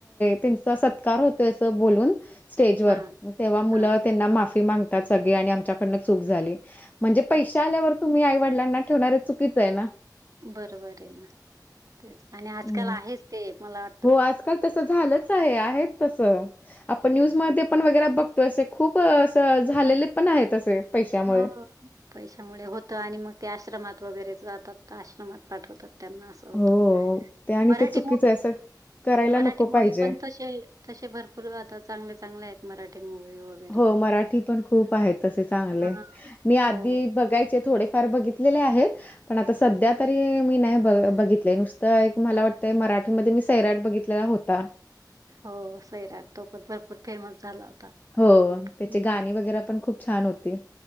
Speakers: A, on the left (about 20°); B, on the right (about 50°).
A: त्यांचा सत्कार होतो अस बोलून. स्टेजवर
B: हां,
A: तेव्हा मुलं
B: हां.
A: त्यांना माफी मागतात सगळी आणि आमच्याकडनं चूक झाली. म्हणजे पैसे
B: अच्छा.
A: आल्यावर तुम्ही आई वडिलांना ठेवणारे चुकीच आहे ना.
B: बरोबर आहे ना तेच आणि आजकाल
A: हं.
B: आहेच ते मला वाटत.
A: हो आजकाल तसं झालंच आहे आहे तसं. आपण
B: तेच
A: न्यूज मध्ये
B: ना.
A: पण वगैरे बघतोय असे खूप असं झालेले पण आहेत असे. पैशामुळे.
B: हां. पैशामुळे होतं आणि मग ते आश्रमात वगैरे जातात तर आश्रमात पाठवतात त्यांना असं. होत
A: हो ते आणि
B: मराठी
A: ते चुकीचं
B: मू
A: आहे असं करायला
B: मराठी
A: नको
B: मूवी
A: पाहिजे.
B: पण तसे हाय. तसे भरपूर आता चांगले चांगले आहेत मराठी मुवी वर.
A: हो मराठी पण खूप आहेत तसे चांगले.
B: हां,
A: मी आधी
B: हो.
A: बघायचे थोडेफार बघितलेले आहेत पण आता सध्या तरी मी नाही बघ बघित. तले नुसतं एक मला वाटतंय मराठीमध्ये मी सैराट बघितलेला होता.
B: हो सैराट तो पण भरपूर फेमस झाला.
A: हो त्याचे
B: हं,
A: गाणी वगैरे पण खूप छान होती.